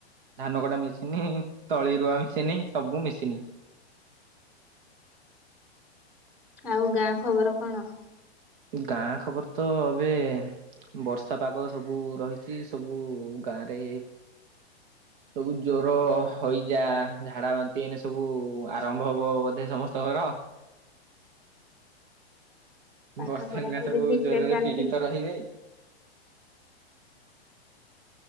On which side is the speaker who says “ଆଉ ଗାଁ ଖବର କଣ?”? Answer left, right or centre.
Centre